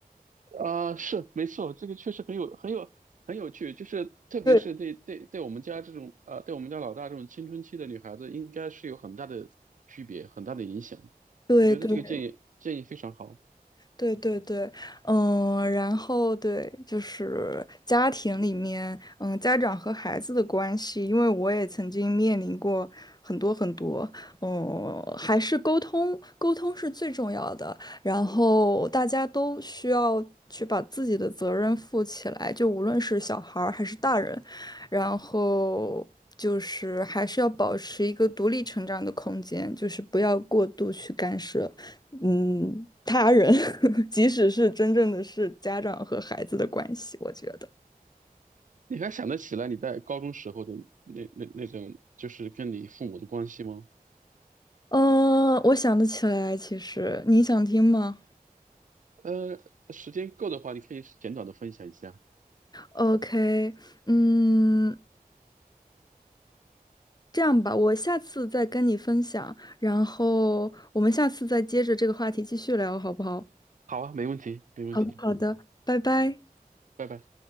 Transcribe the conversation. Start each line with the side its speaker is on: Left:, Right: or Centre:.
Right: 啊、是没错，这个确实很有很有很有趣，就是特别是对对对我们家这种呃，
Left: 对
Right: 对我们家老大这种青春期的女孩子，应该是有很大的区别，很大的影响。
Left: 对对
Right: 我觉得这个建议建议非常好。
Left: 对对对，嗯，然后对，就是家庭里面，嗯，家长和孩子的关系，因为我也曾经面临过很多很多，嗯，还是沟通，沟通是最重要的，然后大家都需要去把自己的责任负起来，就无论是小孩儿还是大人，然后就是还是要保持一个独立成长的空间，就是不要过度去干涉。嗯，他人，<laughs> 即使是真正的是家长和孩子的关系，我觉得。
Right: 你还想得起来你在高中时候的那那那种，就是跟你父母的关系吗？
Left: 嗯，我想得起来，其实你想听吗
Right: 呃，时间够的话，你可以简短的分享一下。
Left: ？OK，嗯，这样吧，我下次再跟你分享，然后我们下次再接着这个话题继续聊，好不好？
Right: 好啊，没问题，没问题，
Left: 好的，好的，拜拜。
Right: 拜拜。